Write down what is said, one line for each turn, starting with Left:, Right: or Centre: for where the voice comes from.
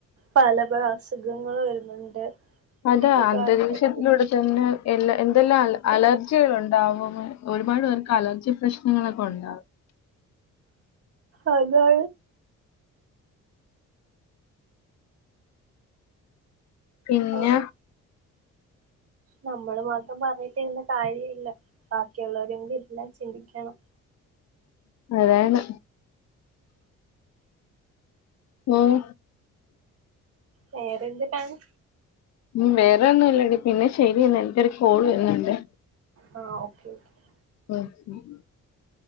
Right: പല പല അസുഖങ്ങൾ വരുന്നുണ്ട് ഇതിനൊക്കെ
Left: അതാ അന്തരീഷത്തിലൂടെ
Right: കാരണം
Left: തന്നെ എല്ലാ എന്തെല്ലാം അ അലർജികൾ ഉണ്ടാവും ഒരുപാട് പേർക്ക് അലർജി പ്രശ്നങ്ങളൊക്കെ ഉണ്ടാാവും
Right: അതെ
Left: പിന്നെ
Right: ആഹ് നമ്മള് മാത്രം പറഞ്ഞട്ടരുന്ന കാര്യ ഇല്ല ബാക്കിയുള്ളവരെങ്കും എല്ലാം ചിന്തിക്കണം
Left: അതാണ് ആഹ
Right: വേറെന്തിട്ടാണ്
Left: ഉ വേറെ ഒന്നുംല്ലടി പിന്നെ ശെരിയന്ന എനക്ക്ൊരു കോൾ് വരുന്നുണ്ട്
Right: ആ ഓക്കെ ഓക്കെ
Left: ആഹ